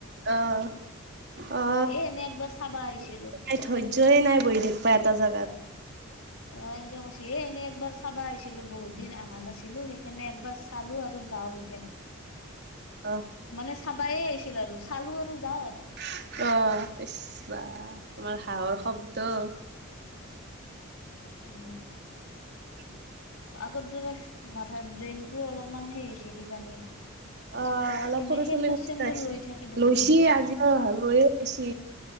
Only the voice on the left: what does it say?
এ এনে একবাৰ চাবা আহিছিলো
অ এনকে কৈছ এ এনে একবাৰ চাবা আহিছিলো। বহুত দিন অহা নাছিলো সেইকাৰণে একবাৰ চালো আৰু যাও এতিয়া।
মানে চাবেয়ে আহিছিলো আৰু চালো আৰু যাওঁ আৰু
উম
আগৰ দৰে মাথা ব্ৰেইনতটো অলপমান হেৰি হৈছে কিজানি। সেইকাৰণে
সেন্দুৰ
চেন্দুৰ
লৈ থাকে দেখোন।